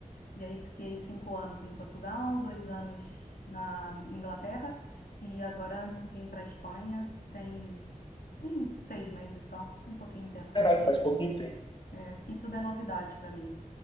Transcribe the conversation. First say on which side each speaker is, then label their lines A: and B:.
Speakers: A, on the left (about 85°); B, on the left (about 35°).
A: e aí fiquei cinco anos em Portugal, dois anos na Inglaterra, e agora vim para a Espanha. Tem, tem seis meses só, tem pouquinho tempo
B: Caralho,
A: aqui.
B: faz pouquinho tempo.
A: É, aqui tudo é novidade para mim.